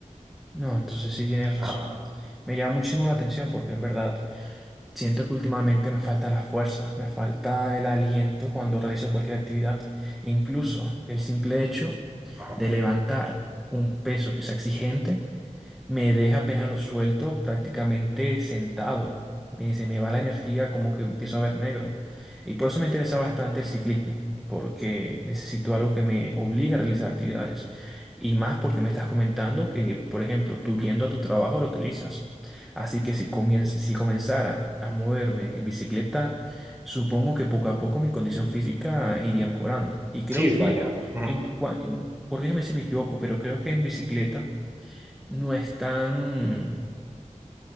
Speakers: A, in the centre; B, on the right.
A: No, entonces sí tienes
B: Ajá,
A: razón. Me llama muchísimo la atención porque en verdad siento que últimamente me falta la fuerza, me falta el aliento cuando realizo cualquier actividad. Incluso el simple hecho
B: ajá.
A: de levantar un peso que sea exigente me deja apenas lo suelto prácticamente sentado. Me, se me va la energía, como que empiezo a ver negro. Y por eso me interesa bastante el ciclismo, porque necesito algo que me obligue a realizar actividades. Y más porque me estás comentando que, por ejemplo, tú yendo a tu trabajo lo utilizas. Así que si comien- si comenzara a moverme en bicicleta, supongo que poco a poco mi condición física iría mejorando. Y creo
B: Sí,
A: que,
B: vaya. ujú.
A: en, cua- en- corrígeme si me equivoco, pero creo que en bicicleta no es tan,